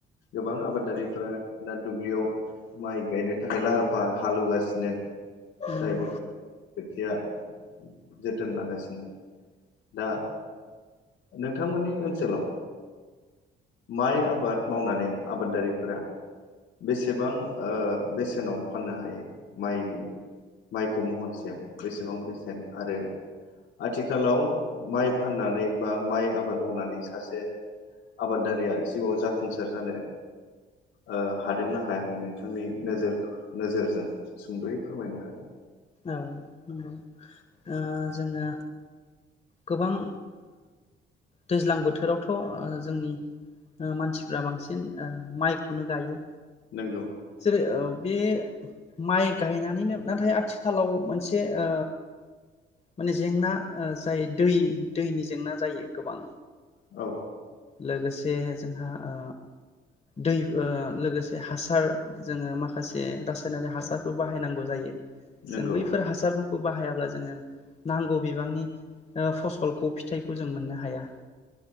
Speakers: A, on the left (about 80°); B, on the left (about 35°).
A: गोबां आबादारिफोरा दुब्लियाव माइ गायनो थाखाय लाहार फाहार हालेवगासिनो
B: नंगौ
A: जाय खोथिया जोथोन लागासिनो दा नोंथांमोननि ओनसोलाव माइ आबाद मावनानै आबादारिफोरा बेसेबां ओ बेसेनाव फाननो हायो माइनि माइखौ महनसेयाव बेसेबां बेसेन आरो आथिखालाव माइ फाननानै बा माइ आबाद मावनानै सासे आबादारिया जिउआव जाफुंसार जानो ओ हादोंना हायाखै नोंथांनि नोजोर नोजोरजों सुंद'यै फोरमायनो हागोन
B: औ नंगौ ओ जोङो गोबांओ दैज्लां बोथोरावथ' ओ जोंनि मानसिफ्रा बांसिन ओ माइखौनो गायो
A: नंगौ
B: जेरै औ बे माइ गायनानैनो नाथाय आथिखालाव मोनसे ओ माने जेंना जाय दै दैनि जेंना जायो गोबां
A: औ
B: लोगोसे जोंहा ओ दै ओ लोगोसे हासार जोङो माखासे होनानै हासारबो बाहायनांगौ जायो
A: नंगौ
B: जों बैफोर हासारखौ खौ बाहायाब्ला जोङो नांगौ बिबांनि ओ फस सलखौ फिथाइखौ जों मोननो हाया